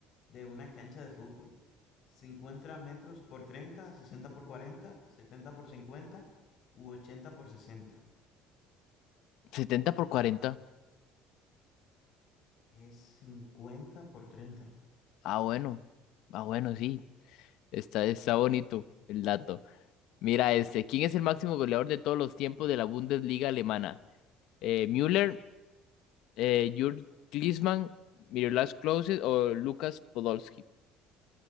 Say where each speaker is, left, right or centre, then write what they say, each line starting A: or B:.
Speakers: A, on the left; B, on the left.
A: de una cancha de fútbol? 50 metros por 30, 60 por 40, 70 por 50 u 80 por 60.
B: setenta por cuarenta
A: Es 50 por treinta,
B: Ah, bueno. Ah, bueno, sí. Está, está bonito el dato. Mira este. ¿Quién es el máximo goleador de todos los tiempos de la Bundesliga alemana? Eh, Müller, eh, Jürgen Klinsmann, Miroslav Klose o Lucas Podolski.